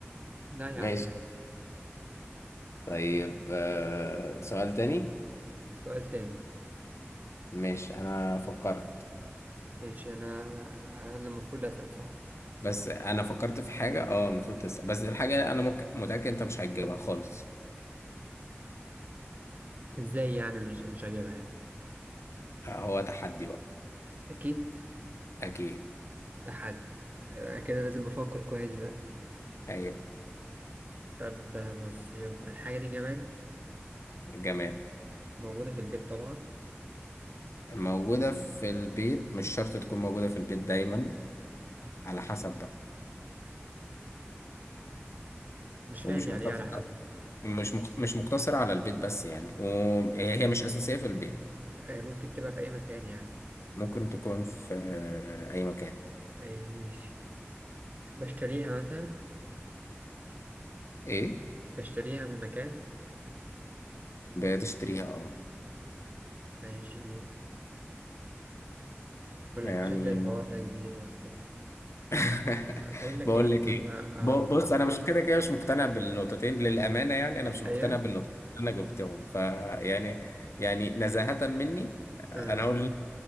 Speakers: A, on the right; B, on the left.
A: لا يا
B: ماشي
A: عم عادي
B: طيب آه، سؤال تاني
A: سؤال تاني
B: ماشي انا فكرت
A: ماشي انا انا المفروض اسال صح
B: بس انا فكرت في حاجة اه المفروض تسأل بس الحاجة انا ممكن متأكد انت مش هتجيبها خالص
A: ازاي يعني مش مش هجيبها يعني
B: آه، هو تحدي بقى
A: اكيد
B: اكيد
A: تحدي أنا كده لازم افكر كويس بقى
B: ايوه
A: طب بص يلا الحاجه دي جماد
B: جماد
A: موجوده في البيت طبعا
B: موجودة في البيت مش شرط تكون موجودة في البيت دايما على حسب بقى
A: مش
B: ومش
A: فاهم يعني
B: مقتصرة
A: ايه على حسب
B: مش مقت... مش مقتصرة على البيت بس يعني وهي مش أساسية في البيت
A: آه، ممكن تبقى في اي مكان يعني
B: ممكن تكون في آه، أي مكان
A: ايوه ماشي بشتريها مثلا
B: إيه
A: بشتريها من مكان
B: بتشتريها اه
A: ماشي بقول
B: يعني
A: لك شكل الحوار ده كبير يا اسطى
B: <laughs>
A: آه، بقول لك
B: بقول
A: ايه
B: لك
A: لما
B: ايه
A: آه...
B: ب- بص انا مش كده كده مش مقتنع بالنقطتين للامانه يعني انا مش مقتنع
A: ايوه
B: بالنقطتين اللي انا جبتهم فيعني يعني يعني نزاهه مني انا
A: أه
B: هقول